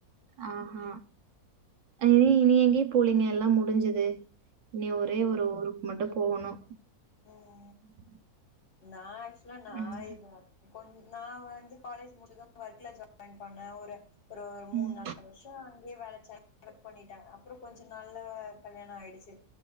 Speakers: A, on the right; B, on the left.
A: ஆஹ் ஹா இ
B: ம்
A: நீ எங்கேயு போலீ நி எல்லாமு முடிஞ்சது து நி ஒரே ஒரு ஊருக் மட்டு போனு
B: ஆஹ்
A: <inaudible>
B: நா அக்சுல நா
A: ம்.
B: இது அத்த கொஞ் நா வந்து காலேஜ் முடிச்ச <unintelligible> ஒர்க்ல ஜ <unintelligible> பண்ணன் ஒரு ஒரு ஒரு மூணு
A: ம்.
B: நாலு வருஷோ அங்கேயே வளச் <inaudible> பண்ணிட்டாங்க அப்புறம் கொஞ்ச நாள்ல கல்யாணம் ஆயிடுச்சு